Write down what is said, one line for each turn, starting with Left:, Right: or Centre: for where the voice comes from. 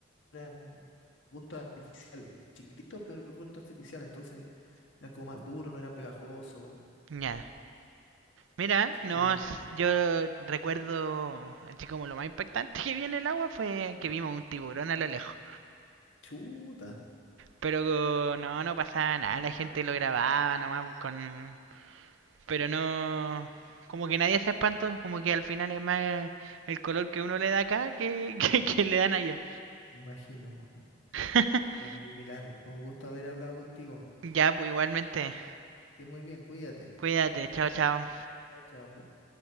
Left: eran arbustos artificiales, chiquititos, pero arbustos artificiales, entonces eran como más duros, no eran pegajosos.
Right: ya. Mira,
Left: Así
Right: no,
Left: que... eso.
Right: s- yo recuerdo, así como lo más impactante que vi en el agua fue que vimos un tiburón a lo lejos.
Left: Chuta,
Right: Pero no, no pasaba nada, la gente lo grababa nomás pues, con... Pero no... Como que nadie se espantó, como que al final es más el color que uno le da acá que, <laughs> que, que le dan allá.
Left: me imagino, po.
Right: <laughs>
Left: Oye, Pilar, un gusto haber hablado contigo.
Right: ya, pues igualmente,
Left: Que estés muy bien, cuídate.
Right: cuídate, chao, chao.
Left: Chao, chao.